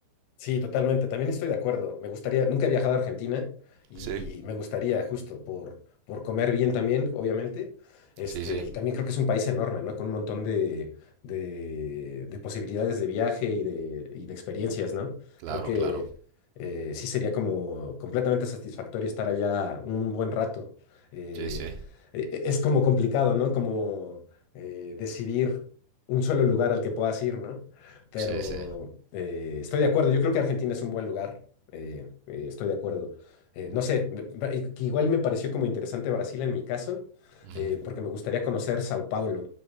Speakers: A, on the left; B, on the right.
A: Sí, totalmente. También estoy de acuerdo. Me gustaría, nunca he viajado a Argentina y
B: Sí,
A: me gustaría justo por, por comer bien también, obviamente. Este,
B: sí, sí,
A: y también creo que es un país enorme, ¿no? Con un montón de, de, de posibilidades de viaje y de, y de experiencias, ¿no?
B: claro,
A: Creo que
B: claro.
A: eh, sí sería como completamente satisfactorio estar allá un buen rato. Eh,
B: Sí, sí,
A: e- e- es como complicado, ¿no? Como eh, decidir un solo lugar al que puedas ir, ¿no? pero
B: sí, sí.
A: eh, estoy de acuerdo. Yo creo que Argentina es un buen lugar. eh, eh, estoy de acuerdo. Eh, no sé, me- me- i- que igual me pareció como interesante Brasil en mi caso,
B: Ujú.
A: eh, porque me gustaría conocer Sao Paulo.